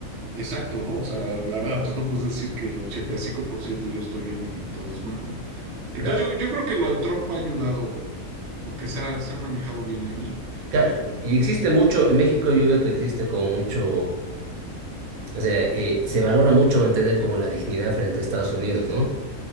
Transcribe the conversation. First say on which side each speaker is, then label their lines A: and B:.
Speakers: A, on the right; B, on the right.
A: Exacto, ¿no? O sea, la verdad, pues no puedes decir que 85% yo estoy bien y todos mal, ¿no? Entonces
B: <laughs> Claro.
A: yo, yo creo que lo de Trump ha ayudado porque se ha, se ha manejado bien ahí.
B: Ca- Y existe mucho, en México yo veo que existe como mucho, o sea, eh, se valora mucho mantener como la dignidad frente a Estados Unidos, ¿no?